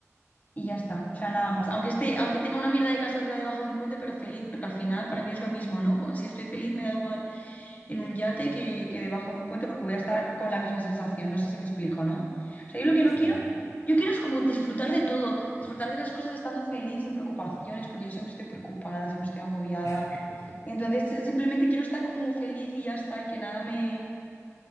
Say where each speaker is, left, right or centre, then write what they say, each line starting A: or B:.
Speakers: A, on the left; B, on the left.
A: y ya está, o sea, nada
B: Ujú.
A: más. Aunque esté, aunque tenga una mierda de casa viva debajo de un puente, pero feliz, porque al final para mí es lo mismo, ¿no? Co- Si estoy feliz me da igual en un yate que, que debajo de un puente porque voy a estar con la misma sensación, no sé si me explico, ¿no? O sea, yo lo que no
B: Sí.
A: quiero, yo quiero es como disfrutar de todo, disfrutar de las cosas estando feliz, sin preocupaciones, porque yo siempre estoy preocupada, siempre estoy agobiada.
B: <laughs>
A: Entonces, simplemente quiero estar como feliz y ya está, y que nada me...